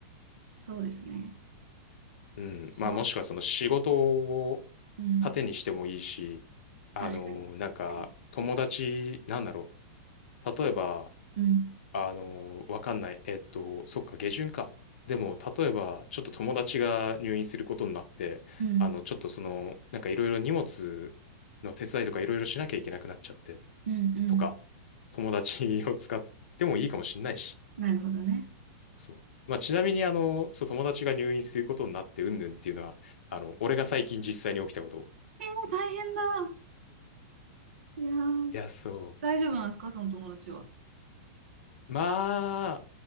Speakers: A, on the right; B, on the left.
A: そうですね。
B: うん。
A: しよ
B: まあもしくはその仕事を
A: う。うん。
B: 盾にしてもいいし、あのーなんか友達、
A: 確かに。はい。
B: なんだろう。例えば、
A: うん。
B: あのーわかんない。えっと、そっか、下旬か。でも、例えば、ちょっと友達が入院することになって、
A: うん。
B: あの、ちょっとその、なんかいろいろ荷物の手伝いとかいろいろしなきゃいけなくなっちゃって、
A: うん。うん。
B: とか、友達を使ってもいいかもしんないし。
A: なるほどね。
B: そう。まあ、ちなみに、あの、そう、友達が入院することになって、うんぬんっていうのは、あの、俺が最近実際に起きたこと。
A: えー、大変だ。いやー、
B: いや、そ
A: 大丈夫なんですかその友達は。
B: う。まあ、